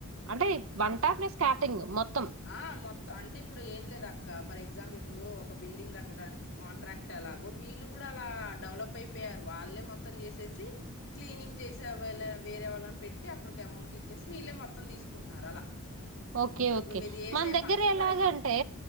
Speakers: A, on the right; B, on the left.
A: అంటే వంట ప్లస్ క్యాటరింగ్ మొత్తం
B: ఆ మొత్తం అంటే ఇప్పుడు ఏం లేదు అక్క ఫర్ ఎ ఎగ్జామ్ ఇప్పుడు ఒక బిల్డింగ్ కట్టడానికి. కాంట్రాక్ట్ ఎలాగో వీళ్ళు కూడా అలా డెవలప్ అయిపోయారు వాళ్ళ. వాళ్లుమొత్తం చేససి, క్లీనింగ్ చేసే వేరే వాళ్ళని పెట్టి అప్పుకి అమౌంట్ ఇచ్చేసి వీళ్ళ మొత్తం. మొత్తం తీసుకుంటున్నారు అలా.
A: ఓకే
B: ఇప్పుడు
A: ఓకే
B: మీరు చేసే
A: మన దగ్గర
B: ఫంక్షన్
A: ఎలాగంటే
B: ఫర్ ఎగ్జా